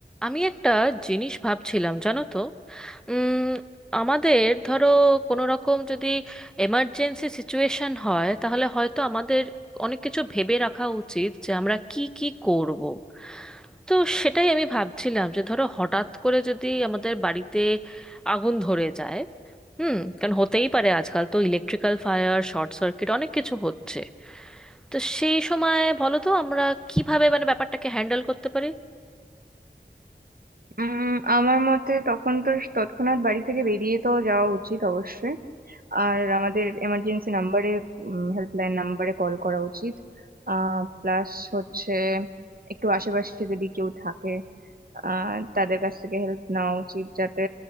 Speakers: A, in the centre; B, on the right.
A: আমি একটা জিনিস ভাবছিলাম জানো তো উম আমাদের ধরো কোনো রকম যদি এমার্জেন্সি সিচুয়েশন হয় তাহলে হয়তো আমাদের অনেক কিছু ভেবে রাখা উচিত যে আমরা কি কি করব তো সেটাই আমি ভাবছিলাম যে ধরো হঠাৎ করে যদি আমাদের বাড়িতে আগুন ধরে যায় হুম কারণ হতেই পারে আজকাল তো ইলেকট্রিক্যাল ফায়ার শর্ট সার্কিট অনেক কিছু হচ্ছে তো সেই সময় বলো তো আমরা কিভাবে মানে ব্যাপারটাকে হ্যান্ডেল করতে পারি
B: উম আমার মতে তখন তো তৎক্ষণাৎ বাড়ি থেকে বেরিয়ে তো যাওয়া উচিত অবশ্যই আর আমাদের এমার্জেন্সি নাম্বারে হেল্পলাইন নাম্বারে কল করা উচিত আহ প্লাস হচ্ছে একটু আশেপাশে যদি কেউ থাকে আহ তাদের কাছ থেকে হেল্প নেওয়া উচিত যাতে